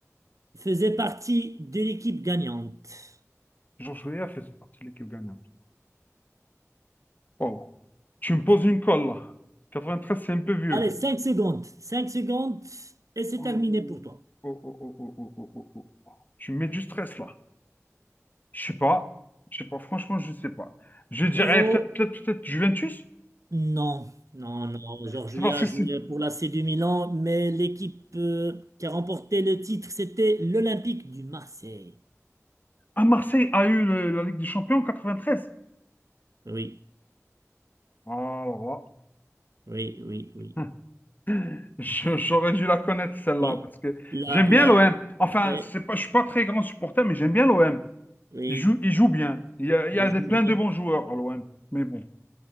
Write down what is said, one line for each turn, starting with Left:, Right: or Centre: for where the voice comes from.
Right: faisait partie de l'équipe gagnante.
Left: Georges Weah faisait partie de l'équipe gagnante. Wow. Tu me poses une colle là. 93, c'est un peu vieux.
Right: Allez, 5 secondes. cinq secondes et c'est
Left: Oh,
Right: terminé pour toi.
Left: oh, oh, oh, oh, oh, oh, oh, oh, oh. Tu me mets du stress là. Je sais pas. Je sais pas. Franchement, je sais pas. Je dirais
Right: Héros,
Left: peut-être, peut-être, peut-être Juventus.
Right: non. Non, non. Georges
Left: C'est
Right: Weah
Left: parce que
Right: a joué
Left: si.
Right: pour l'AC du Milan, mais l'équipe euh, qui a remporté le titre, c'était l'Olympique du Marseille.
Left: Ah, Marseille a eu le- la Ligue des Champions en 93.
Right: Oui,
Left: Alors
Right: oui, oui, oui.
Left: là. <laughs> Je- J'aurais dû la connaître celle-là
Right: Oui.
Left: parce que
Right: La,
Left: j'aime bien
Right: la,
Left: l'OM. Enfin,
Right: oui,
Left: c'est pas, je suis pas très grand supporter, mais j'aime bien l'OM.
Right: oui.
Left: Il joue, il joue bien. Il y a, il
Right: Et
Left: y a des,
Right: je vous
Left: plein
Right: dis,
Left: de bons joueurs à l'OM. Mais bon,